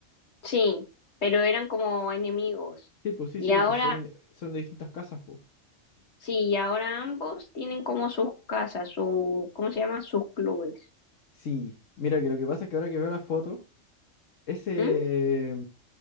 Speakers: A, on the left; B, on the left.
A: sí, pero eran como enemigos.
B: Sí, pues sí,
A: Y
B: sí, porque
A: ahora,
B: son, de- son de distintas casas, pues.
A: sí, y ahora ambos tienen como sus casas, su, ¿cómo se llama? Sus clubes.
B: Sí, mira, que lo que pasa es que ahora que veo la foto, ese,
A: ¿Mm?